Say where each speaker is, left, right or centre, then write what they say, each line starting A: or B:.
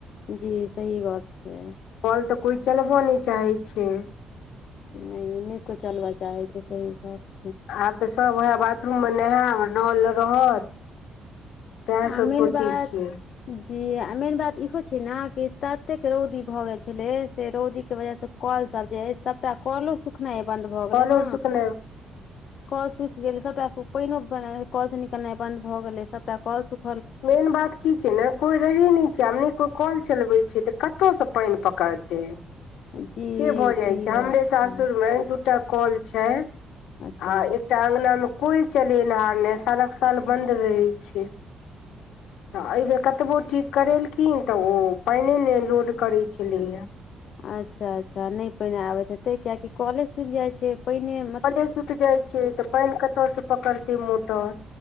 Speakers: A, on the left; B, on the left.
A: जी सही गप छय।
B: कल तऽ कोई चलबो नहि चाहैत छै।
A: नहि नहि कोइ चलब चाहै छै सही गप्प
B: आब तऽ सभ उएह बाथरूममे नहायब नल रहत सएह
A: आ
B: सब
A: मेन
B: सोचै
A: बात
B: छियै
A: जी आ मेन बात इहो छै ने कि ततेक रौदी भऽ गेल छलै से रौदीके वजहसँ कल सभ जे अइछ सभटा कलो सुखनाइ बन्द भऽ गेलै
B: कलो
A: न
B: सुखनाइ
A: कल सुखि गेलै सबटा पाइनो कल से निकलनाइ बन्द भऽ गेलै सबटा कल सुख
B: मेन बात की छै ने कोई रहै नहि छै आब ने कोई कल चलबे छै त कतऽ से पानि पकड़तै
A: जी
B: से भऽ जाइ
A: सही
B: छै
A: गप
B: हमरे सासुरमे
A: छै
B: दू टा कॉल छै आ
A: अच्छा
B: एक टा अंगना में कोई चलेनिहार नहि सालक साल बंद रहे छै तऽ एहिबेर कतबो ठीक करेलखिन तऽ ओ पाइने नहि लोड करैत छलैए।
A: अच्छा अच्छा नहि पाइने आबैत हेते कियेकि कॉले सुखि जाइ छै। पाइने
B: कले सुखि जाइ छै तऽ पानि कतयसँ पकड़तै मोटर